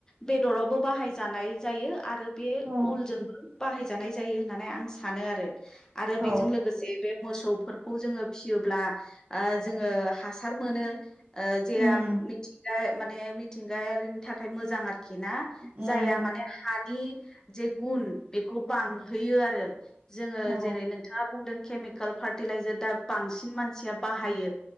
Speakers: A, on the left; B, on the right.
A: बेदरावबो बाहाय जानाय जायो आरो बे
B: औ
A: उलजोंबो बाहाय जानाय जायो होननानै आं सानो आरो आरो
B: औ
A: बेजों लोगोसे बे मोसौ फोरखौ जोङो फिसियोब्ला ओ जोङो हासार मोनो। ओ जेहाम
B: उम
A: मिथिंगा माने मिथिंगायारिनि थाखाय मोजां आरोखि ना।
B: उम
A: जायहा माने हानि जे गुन बेखौ बांहोयो आरो। जोङो
B: औ
A: जेरै नोंथाङा बुंदों केमिकेल फार्टिलाइजार दा बांसिन मानसिया बाहा यो